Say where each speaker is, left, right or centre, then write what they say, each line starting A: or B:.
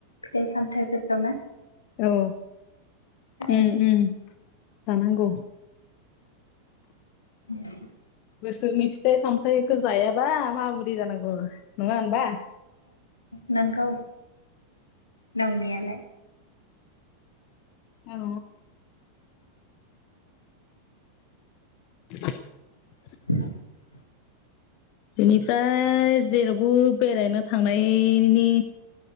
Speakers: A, on the left (about 80°); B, on the left (about 45°).
A: फिथाइ सामथायाइखौ ना
B: औ
A: ओं
B: उम उम जानांगौ
A: <unintelligible>
B: बोसोरनि फिथाइ सामथाइखौ जायाबा माबोरै जानांगौ नङा होनबा
A: नोंगौ नंनायालाय
B: औ <inaudible>
A: <inaudible>
B: बेनिफ्राय जेरावबो बेरायनो थांनायनि